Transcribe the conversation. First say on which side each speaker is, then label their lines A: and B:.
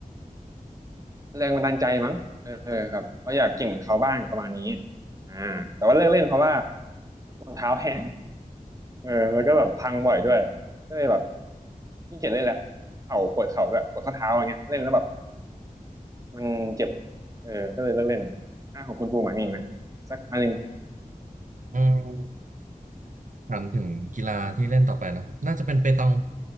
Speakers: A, on the right; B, on the right.
A: แรงบันดาลใจมั้งเออครับเราอยากเกินเหมือนเขาบ้างประมาณนี้อ่าแต่ว่าเลิกเล่นเพราะว่ารองเท้าแพงเออแล้วก็แบบพังบ่อยด้วยก็เลยแบบขี้เกียจเล่นแหละเข่าปวดเข่าด้วยปวดข้อเท้าอย่างเงี้ยเล่นแล้วแบบมันเจ็บเออก็เลยเลิกเล่นอ่าของคุณภูมิหมายมีอีกไหม
B: อืม
A: สักอันหนึ่ง
B: อืม ถามถึงกีฬาที่เล่นต่อไปนะน่าจะเป็นเปตอง